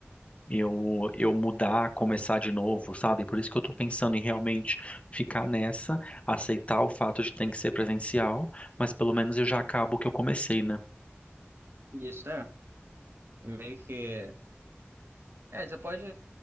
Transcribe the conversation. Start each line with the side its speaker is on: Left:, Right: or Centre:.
Left: eu eu mudar, começar de novo, sabe? Por isso que eu tô pensando em realmente ficar nessa, aceitar o fato de ter que ser presencial, mas pelo menos eu já acabo o que eu comecei, né?
Right: Isso é. Meio que. É, você pode.